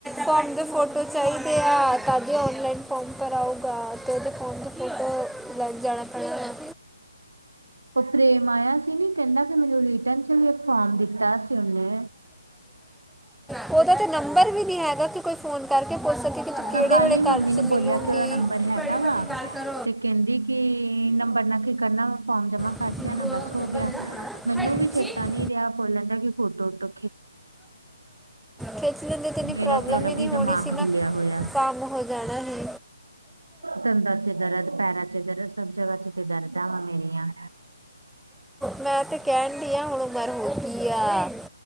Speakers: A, in the centre; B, on the right.
A: ਫਾਰਮ ਦੇ ਫੋਟੋ ਚਾਹੀਦੇ ਆ ਕਦੇ ਔਨਲਾਈਨ ਫੋਮ ਭਰ ਆਊਗਾ ਤੇ ਉਹਦੇ ਫੋਮ ਮ ਲਾਈਕ ਜਾਣਾ ਪੈਣਾ ਵਾ।
B: ਉਹ ਪ੍ਰੇਮ ਆਇਆ ਸੀ ਨੀ ਕਹਿੰਦਾ ਕਿ ਮੈਨੂੰ ਰਿੀਟਰਨ ਚ ਵੀ ਇੱਕ ਫੋਾਰਮ ਦਿੱਤਾ ਸੀ ਉਹਨੇ
A: ਉਹਦਾ ਤੇ ਨੰਬਰ ਵੀ ਨੀ ਹੈਗਾ ਕਿਉਂ ਕੋਈ ਫੋਨ ਕਰਕੇ ਪੁੱਛ ਸਕੀ ਕਿ ਤੂੰ ਕਿਹੜੇ
B: ਮੈਂ ਕੱਲ
A: ਵਹੜੇ
B: ਹੀ ਮੰਮੀ
A: ਘਰ
B: ਨੂੰ
A: ਚ
B: ਬੋਲਿਆ
A: ਮਿਲੂਗੀ
B: ਕਿ ਉਹਦਾ ਨੰਬਰ ਹੈਗਾ
A: ਕਰ
B: ਵਾ ਤੇ ਕਹਿੰਦੀ ਕਿ ਨੰਬਰ ਨਾਕੇ ਕਰਨਾ ਫੋਰਮ ਜਮਾ
A: ਸਿੱਧੂ
B: ਕਰਦੇ ਨਾ ਬਸ ਹੋ
A: ਚੱਪਲ
B: ਗਿਆ
A: ਨਾ ਹਾਂ
B: ਮੈਨੂੰ
A: ਹਟ
B: ਵੀ ਚੇਤਾ
A: ਚੀ
B: ਨੀ ਰਿਹਾ ਬੋਲਣ ਦਾ ਕਿ ਫੋਟੋਟੋ
A: ਖਿੱਚ ਲੈਂਦੇ ਤੇ ਇੰਨੀ
B: ਮੇਰਾ
A: ਪ੍ਰੋਬਲਮ
B: ਤੇ ਅਲੱਗ
A: ਹੀ ਨੀ
B: ਦਿਮਾਗ
A: ਥੋੜੀ ਸੀਿ ਮ
B: ਹਿੱਲਿਆ ਹੋਇਆ
A: ਕੰਮ ਹੋ ਜਾਣਾ ਹੈ
B: ਦੰਦਾਂ ਚ ਦਰਦ ਪੈਰਾਂ ਚ ਦਰਦ ਸਭ ਜਗ੍ਹਾ ਚ ਤੇ ਦਰਦਾਾਂ ਹਾਂ ਮੇਰੀਆਂ
A: ਮੈਂ ਤੇ ਕਹਿਣ ਡ ਆਾਂ ਹੁਣ ਉਮਰ ਹੋ ਕੀ ਆ